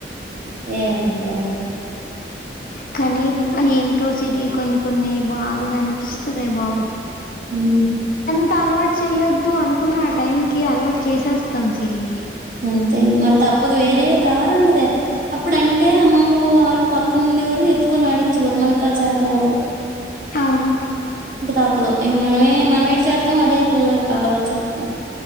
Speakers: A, on the right; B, on the left.
A: ఏంటో
B: కానీ ఏంటో సిరి కొన్ని కొన్ని బాధగా అనిపిస్తదే బాబు
A: హు
B: త అలవాటు చేయొద్దు అనుకున్న ఆ టైం కి అలవాటు చేసేస్తాం సిరి
A: గంతే మరి తప్పదు వేరే ఏదారుండదే అప్పుడు అంటే అమ్మమ్మలు వాళ్ళు పక్ క్క నుండే వారు ఎత్తుకొని ఆడిచ్చేవారు మన కా చతనవ్వదు
B: అవును
A: తప్పదు ఇక మనమే మనవేటి చెత్తం అదే పిల్లలకి అలవాటు చెత్తం